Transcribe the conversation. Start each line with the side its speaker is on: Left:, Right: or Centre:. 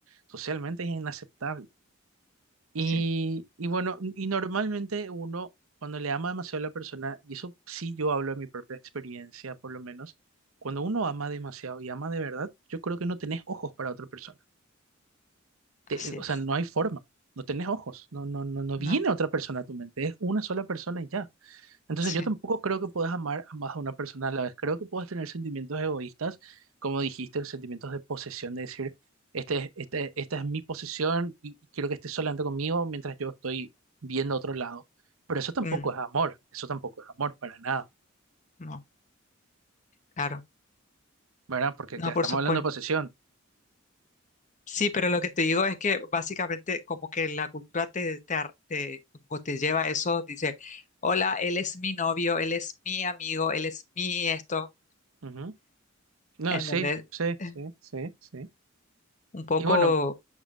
Right: socialmente es inaceptable. Y,
Left: Sí,
Right: y bueno, y normalmente uno, cuando le ama demasiado a la persona, y eso sí yo hablo de mi propia experiencia, por lo menos, cuando uno ama demasiado y ama de verdad, yo creo que no tenés ojos para otra persona.
Left: así
Right: Te- eh, o
Left: es.
Right: sea, no hay forma, no tenés ojos, no, no, no, no
Left: No,
Right: viene otra persona a tu mente, es una sola persona y ya. Entonces
Left: sí.
Right: yo tampoco creo que puedas amar a más a una persona a la vez. Creo que puedas tener sentimientos egoístas, como dijiste, los sentimientos de posesión, de decir, este, es- este, esta es mi posesión y, y quiero que estés solamente conmigo mientras yo estoy viendo otro lado. Pero eso tampoco
Left: Mm,
Right: es amor, eso tampoco es amor para nada,
Left: no, claro.
Right: ¿verdad? Porque
Left: No,
Right: ya estamos
Left: por supuesto.
Right: hablando de posesión.
Left: Sí, pero lo que te digo es que básicamente como que la cultura te, te, ar- te, como te lleva a eso, dice, hola, él es mi novio, él es mi amigo, él es mi esto,
Right: Ujú. No,
Left: ¿entendés?
Right: sí, sí,
Left: <laughs>
Right: sí, sí, sí.
Left: Un poco,
Right: Y bueno,